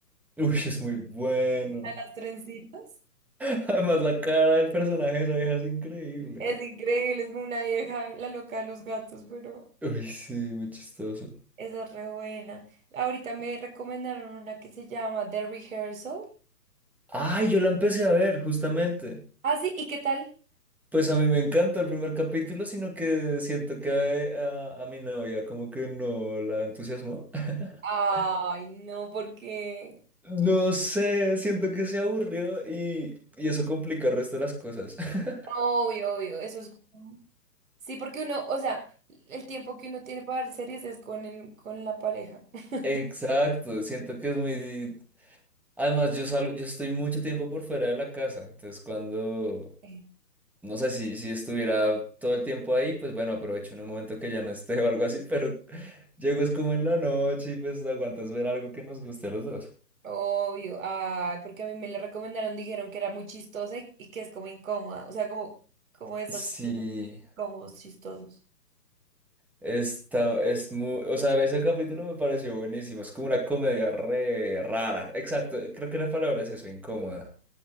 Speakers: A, in the centre; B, on the right.
A: Uy, es muy bueno.
B: a las trencitas.
A: <laughs> Además, la cara del personaje de esa vieja es increíble.
B: Es increíble, es como una vieja, la loca de los gatos, pero
A: Uy, sí, muy chistoso.
B: esa es re buena. Ahorita me recomendaron una que se llama The Rehearsal.
A: Ay, yo la empecé a ver, justamente.
B: Ah, sí, ¿y qué tal?
A: Pues a mí me encanta el primer capítulo, sino que siento que a, a- a mi novia como que no la entusiasmó. <laughs>
B: Ay, no, porque...
A: No sé, siento que se aburrió y, y eso complica el resto de las cosas. <laughs>
B: Obvio, obvio, eso es... como- Sí, porque uno, o sea, el tiempo que uno tiene para ver series es con el, con la pareja. <laughs>
A: Exacto, siento que es muy... di- Además, yo salgo, yo estoy mucho tiempo por fuera de la casa, entonces cuando
B: Sí.
A: No sé si, si estuviera todo el tiempo ahí, pues bueno, aprovecho en un momento que ya no esté o algo así, pero <laughs> llego es como en la noche y pues no aguantas ver algo que nos guste a los dos.
B: Obvio, ay, porque a mí me la recomendaron, dijeron que era muy chistosa y, y que es como incómoda, o sea, como, como esos
A: Sí,
B: personajes incómodos, chistosos.
A: está, es muy, o sea, ese capítulo me pareció buenísimo, es como una comedia re rara, exacto, creo que la palabra es eso, incómoda.